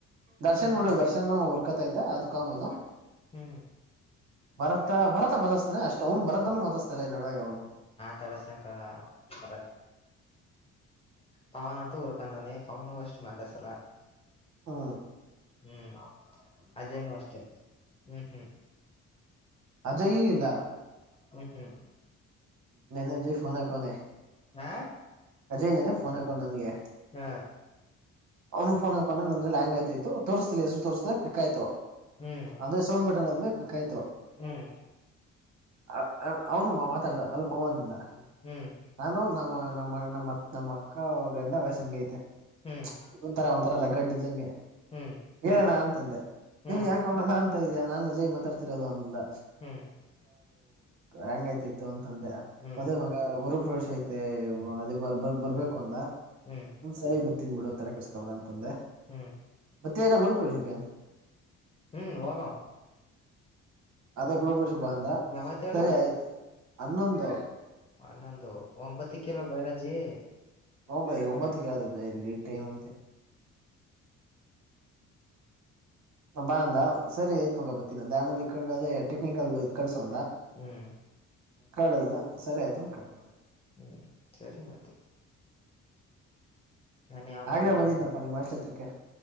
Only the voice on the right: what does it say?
ದರ್ಶನ್
ಬಿಡು ದರ್ಶನ್ ಹುರ್ಕೊತಾ ಇದ್ದ ಅದ ಕಾಮನು
ಬರತ ಬರತ ಮದಸ್ತಾನ ಅಷ್ಟ್ ಅವ್ನು ಬರತ್ನು ಮದಸ್ತಲ್ಲ ಈ ನಡುವಾಗ ಅವನು
ಹ್ಮ
ಅಜಯೂ ಇಲ್ಲ
ನ ನಜಫೋನ ಕನೆ
ಅಜಯ್ನೇನೆಫೋನ್ ಹಾಡು ನನ್ಗೆ
ಅವ್ನು ಫೋನ್ ಹಕೊಂಡ ನ ಅಂದ್ರೆ ಹಂಗ ಆಯ್ತಾಯತ ತೋರ್ಸ್ತಿಲ್ಲ ಹೆಸರುರ್ತಿಲ್ಲ ಪಕ್ ಆಯ್ತು
ಅದ್ರ ಸೌಂಡ್ ಬಟನ್ ಅದ ಭ ಪಿಕ್ ಆಯ್ತಾವ
ಅ ಅವನು ಮಾತಾಡ್ದ ಅಲ ಪವನ್ಂದ
ನಾನು ನ ನಮ್ಮ ನಮ್ಮತ್ ನಮ್ಮ ಅಕ್ಕ ಅವ್ರ ಗಂಡ ವಯಸ್ ಹಂಗೈತೆ
ಒಂ ತರ ಒಂಥರ ರಗ್ಗಡ್ಡಿದ್ದಂಗೆ
ಹೇಳಏಣ ಅಂತಂದೆ
ಯ್ ಯಾಕ ನಾ ಅಂತ ಇದ ನಾನ್ ರಜ ಮಾತಾಡ್ತಿರೋದು ಒಂದಂದ
ಹಂಗತಿತ್ತು ಅಂತಂದೆ
ಅದ ಗು ಪ್ರವೇಶ ಐತೆ ಅದೇ ಬ ಬರ್ಬೇಕು ಅಂದ
ಸರಿ ಬ ತಿನ್ ಬಿಡು ತರ ಕರ್ ಕಡಂತಂದೆ
ಮತ್ತೆ ಎಲ್ಲ ಗುರುಪ್ರೇಶಿಕ
ಅದೇ ಗೃಪ ಶುಭ ಅಂದ
ಸರಿ ಆಯ್ತು ಹನ್ನೊಂದು
ಹ ಭ ಹತ್ತು ಕಲ ಲೈಟ್ ಮ ಆ ಬಾ ಅಂದ ಸರಿ ಏತ್ ಮಗ ಬತ್ತಿನ ಅಂದ ಆಮೇಲೆ ಇೊಂಡ ಅದ ಟಕ್ಕಲ್ ಇ ಕಳ್ಸ
ಕಳ ಸರಿ ಆಯ್ತು ಕಟ್ ಮಾಡುದು
ಆಗ್ಲೇ
ಬಂದಿದ್ನಪ್ಪ
ನಿಮ್ಮ ಹಾಸ್ಟೆಲ್ ಹತ್ರಕ್ಕೆ